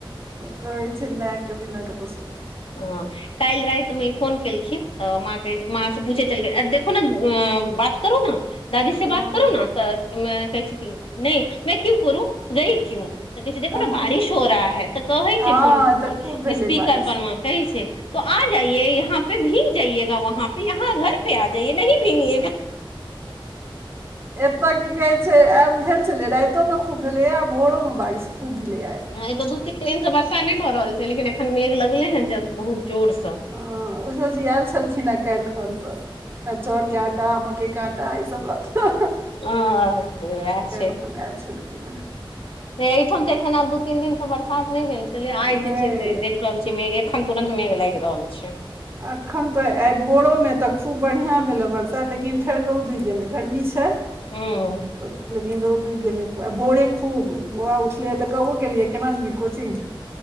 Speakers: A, on the right; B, on the left.
A: कहै छै माइके बिना कतहु शांति नै
B: हँ काल्हि राति मे ई फोन केलखिन तऽ माँ कहय माँ से पूछय छलखिन अ देखो ने‌ अ बात करो न दादी
A: हँ
B: से बात करो न तऽ वहए कहय छै कि नै मैं क्यूं करूं गई क्यूं तऽ कहय छै देखो
A: हँ
B: नऽ बारिश हो रहा है तऽ कहय
A: हँ,
B: छै फोन
A: एतऽ
B: पर
A: खूब भेलै
B: स्पीकर
A: बारिश
B: पर में कहय छै तो आ जाइए यहाँ पे भींग जाइएगा वहाँ पे यहाँ घर पे आ जाइए नहि भींगीएगा हा
A: एतऽ की कहै भेल छलै रातिो मे खूब भेलैया आ भोरो मऽ बारिश खूब भेले आ
B: ई तऽ दू तीन दिन से वर्षा नहि भऽ रहल छै लेकिन एखन मेघ लगले हँ बहुत जोर सऽ
A: हँ ओझो जी आयल छलखिन हें कि कैल खन तऽ तें चाउरके आटा मकयके आटा ई सभ लऽ कऽ
B: <unintelligible> वैह
A: काल्हि
B: छै हइ
A: खन आयल छलखिन हेँ
B: एहिठाम तऽ एखन आब दू तीन दिन से बरसात नहि भेल छलै
A: नहि
B: आइ जे छै से देख रहल छियै मेघ एखन तुरंत मेघ लागि रहल छै।
A: एखन तऽ आइ भोरोमे तऽ खूब बढ़िआँ भेलै वर्षा लेकिन फेर रौद उगि गेलै गर्मी छै
B: हूँ
A: तऽ लेकिन रोद उग गेले भोरे खूब बौआ उठले तऽ कबो केलियै केना जेबही कोचिंग